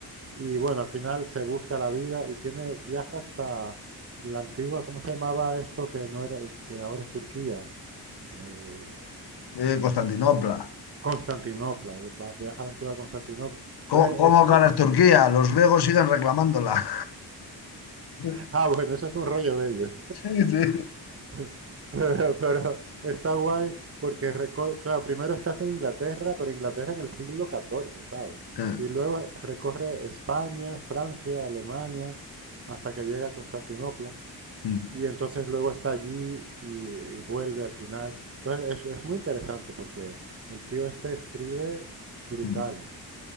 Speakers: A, on the right (about 35°); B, on the left (about 80°).
A: y bueno, al final se busca la vida y tiene, viaja hasta la antigua, ¿cómo se llamaba esto que no era, que ahora es Turquía? Eh,
B: Eh, Constantinopla.
A: Constantinopla, va- viaja a la antigua Constantinopla. Entonces
B: ¿Cómo, cómo
A: es una...
B: ganas
A: <laughs>
B: Turquía? Los griegos siguen reclamándola. <laughs>
A: Ah, bueno, eso es un rollo de ellos.
B: Sí, sí.
A: <laughs> Pero, pero está guay porque, reco- claro, primero estás en Inglaterra, pero Inglaterra en el siglo XIV, ¿sabes?
B: Ah,
A: Y luego recorre España, Francia, Alemania, hasta que llega a Constantinopla.
B: mm,
A: Y entonces luego está allí y, y vuelve al final. Entonces es, es muy interesante porque el tío este escribe brutal.
B: mm.